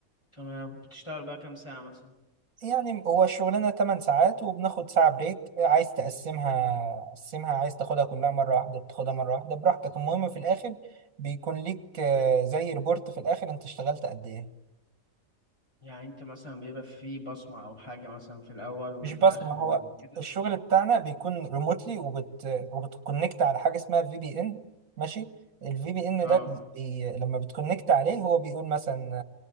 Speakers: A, on the left; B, on the right.
A: تمام بتشتغل بقى كام ساعة مثلا؟
B: يعني هو الشغلانة 8 ساعات وبناخد ساعة بريك عايز تقسمها قسمها عايز تاخدها كلها مرة واحدة بتاخدها مرة واحدة براحتك المهم في الآخر بيكون ليك آه، زي ريبورت في الآخر أنت اشتغلت قد إيه
A: يعني انت مثلا بيبقى في بصمة او حاجة مثلا في الاول وفي
B: مش بس
A: الاخر
B: ما
A: وكده
B: هو الشغل بتاعنا بيكون ريموتلي وبت وبتكونكت على حاجه اسمها في بي ان ماشي الفي بي ان
A: اه
B: ده بي... بي... لما بتكونكت عليه هو بيقول مثلا